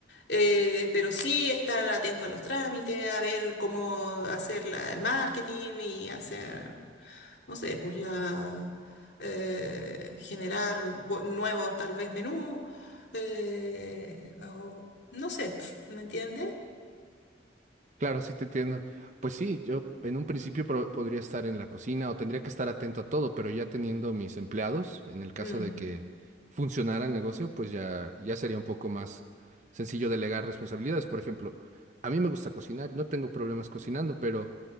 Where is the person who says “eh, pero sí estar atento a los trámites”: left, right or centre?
Left